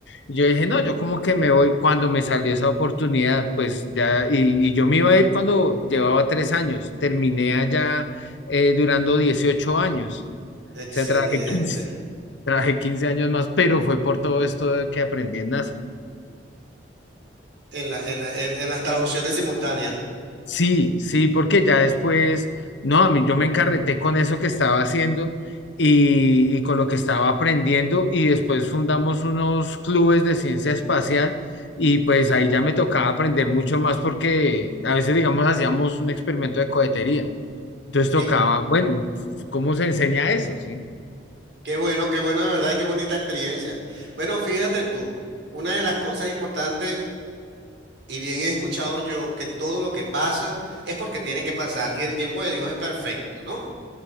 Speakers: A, on the left; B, on the right.
A: Yo dije, no, yo como que me voy cuando me salió esa oportunidad, pues ya, y, y yo me iba a ir cuando llevaba tres años, terminé allá eh, durando 18 años,
B: Excelente.
A: o sea, trabajé 15 Trabajé 15 años más, pero fue por todo esto de que aprendí en NASA.
B: En la- en la- en- en las traducciones simultáneas.
A: Sí, sí, porque ya después, no, a mí yo me encarreté con eso que estaba haciendo y, y con lo que estaba aprendiendo y después fundamos unos clubes de ciencia espacial y pues ahí ya me tocaba aprender mucho más porque a veces, digamos, hacíamos un experimento de cohetería. Entonces
B: Oye,
A: tocaba, bueno, ¿cómo se enseña eso? Sí.
B: Qué bueno, qué bueno, de verdad, y qué bonita experiencia. Bueno, fíjate tú, una de las cosas importantes, y bien he escuchado yo, que todo lo que pasa es porque tiene que pasar y el tiempo de Dios es perfecto, ¿no?